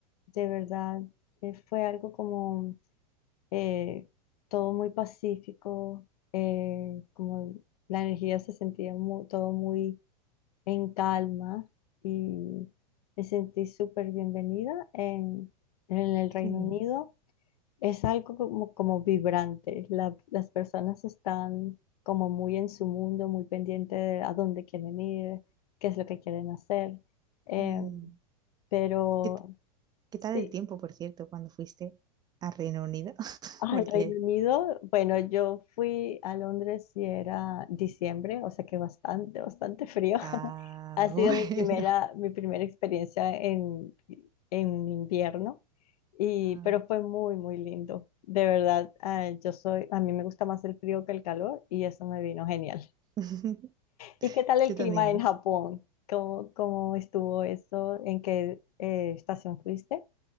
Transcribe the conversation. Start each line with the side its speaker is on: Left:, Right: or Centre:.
Left: de verdad, eh, fue algo como eh, todo muy pacífico, eh, como la energía se sentía mu- todo muy en calma y me sentí súper bienvenida en, en el Reino
Right: Qué bien.
Left: Unido. Es algo como, como vibrante. La- las personas están como muy en su mundo, muy pendiente de a dónde quieren ir, qué es lo que quieren hacer. Eh,
Right: Mm,
Left: pero
Right: ¿Qué, t- qué tal
Left: sí,
Right: el tiempo, por cierto, cuando fuiste a Reino Unido? <laughs>
Left: Al
Right: Porque...
Left: Reino Unido, bueno, yo fui a Londres y era diciembre, o sea que bastante, bastante frío. <laughs>
Right: Ah,
Left: Ha sido
Right: <laughs>
Left: mi primera,
Right: bueno.
Left: mi primera experiencia en, en invierno, y,
Right: Ah.
Left: pero fue muy, muy lindo. De verdad, ah, yo soy, a mí me gusta más el frío que el calor y eso me vino genial.
Right: <laughs>
Left: ¿Y qué tal el
Right: Yo
Left: clima
Right: también,
Left: en
Right: ¿eh?
Left: Japón? ¿Cómo, cómo estuvo eso? ¿En qué eh, estación fuiste?